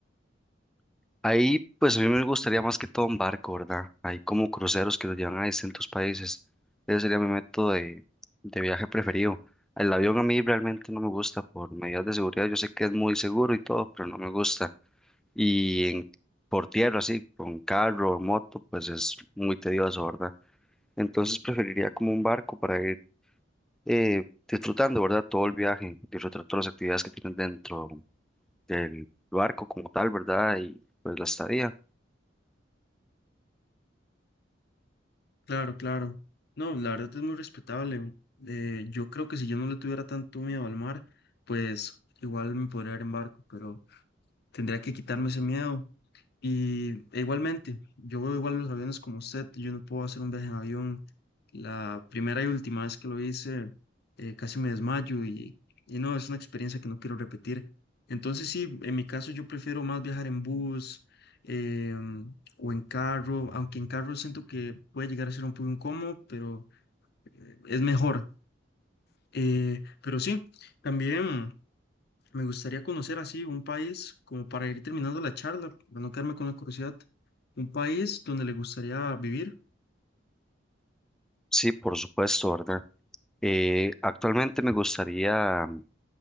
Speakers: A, in the centre; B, on the left (about 60°).
A: Ahí, pues a mí me gustaría más que todo un barco, ¿verdad? Hay como cruceros que los llevan a distintos países. Ese sería mi método de, de viaje preferido. El avión a mí realmente no me gusta por medidas de seguridad. Yo sé que es muy seguro y todo, pero no me gusta. Y en- por tierra, así, con carro o moto, pues es muy tedioso, ¿verdad? Entonces preferiría como un barco para ir eh, disfrutando, ¿verdad? Todo el viaje, disfrutar todas las actividades que tienen dentro del barco como tal, ¿verdad? Y pues la estadía.
B: Claro, claro. No, la verdad es muy respetable. Eh, yo creo que si yo no le tuviera tanto miedo al mar, pues igual me podría ir en barco, pero tendría que quitarme ese miedo. Y e igualmente, yo veo igual los aviones como usted, yo no puedo hacer un viaje en avión. La primera y última vez que lo hice, eh, casi me desmayo y, y no, es una experiencia que no quiero repetir. Entonces sí, en mi caso yo prefiero más viajar en bus em, o en carro, aunque en carro siento que puede llegar a ser un poco incómodo, pero eh, es mejor. Eh, pero sí, también... Me gustaría conocer así un país, como para ir terminando la charla, para no quedarme con la curiosidad, un país donde le gustaría vivir.
A: Sí, por supuesto, ¿verdad? Eh, actualmente me gustaría mm,